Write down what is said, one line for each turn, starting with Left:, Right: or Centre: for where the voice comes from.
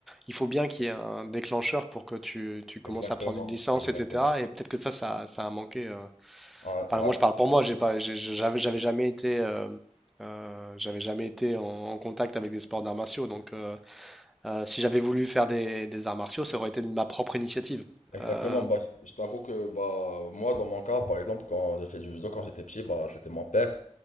Centre: il faut bien qu'il y ait un déclencheur pour que tu, tu commences
Left: Exactement.
Centre: à prendre une licence,
Left: Exactement.
Centre: etc. Et peut-être que ça, ça, ça a manqué. euh.
Left: Ouais.
Centre: Enfin,
Left: ouais.
Centre: moi, je parle pour moi. J'ai pas, j'ai- j'avais, j'avais jamais été, euh, euh, j'avais jamais été en, en contact avec des sports d'arts martiaux. Donc, euh, euh, si j'avais voulu faire des, des arts martiaux, ça aurait été de ma propre initiative.
Left: Exactement,
Centre: Euh,
Left: bah, je t'avoue que bah, moi, dans mon cas, par exemple, quand j'ai fait du judo, quand j'étais petit, bah, c'était mon père.